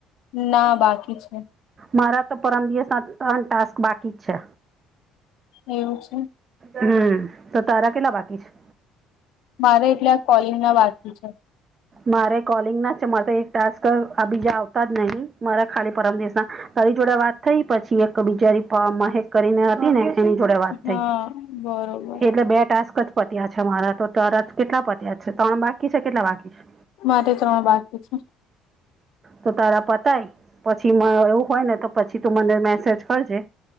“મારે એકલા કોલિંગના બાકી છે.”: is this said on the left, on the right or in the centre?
Left